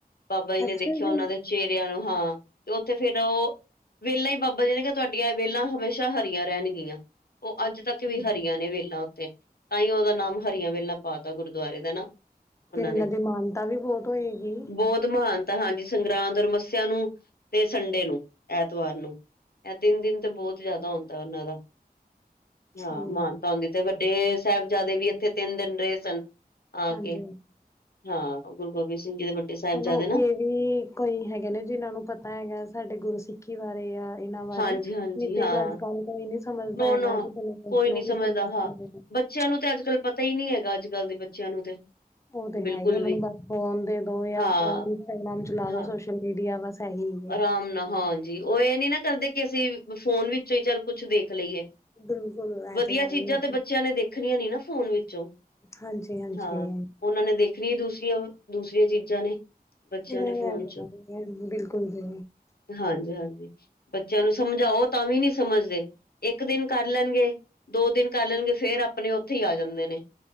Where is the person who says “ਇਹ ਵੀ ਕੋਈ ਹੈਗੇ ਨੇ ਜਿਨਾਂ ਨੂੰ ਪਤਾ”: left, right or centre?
Left